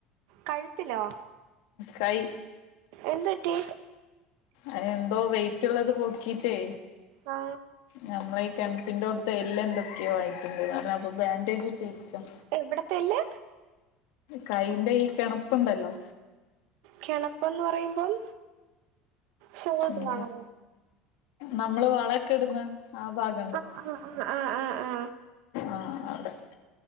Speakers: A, on the right; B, on the left.
A: കഴുത്തിലോ
B: കൈ
A: എന്ത് പറ്റി
B: അത് എന്തോ വെയിറ്റുള്ളത് പൊക്കീട്ടേ
A: ആ
B: ഞമ്മള ഈ കെണുപ്പിന്റെ അടു ത്ത എല്ല് എന്തൊക്കെയോ ആയിട്ടുണ്ടോന്ന് പറഞ്ഞ് അപ്പൊ ബാൻഡേജ് ഇട്ടിരിക്കാം
A: എവിടത്ത എല്ല്
B: കൈന്റെ ഈ കെണപ്പുണ്ടല്ലോ
A: കെണപ്പെന്ന് പറയുമ്പം ഷോൾഡർ
B: ന്ത
A: ആണോ
B: നമ്മള് വളക്കെ ഇടന്ന് ആ ഭാഗ
A: ആ ആ ഉ ആ ആ ആ
B: ആ അവിടെ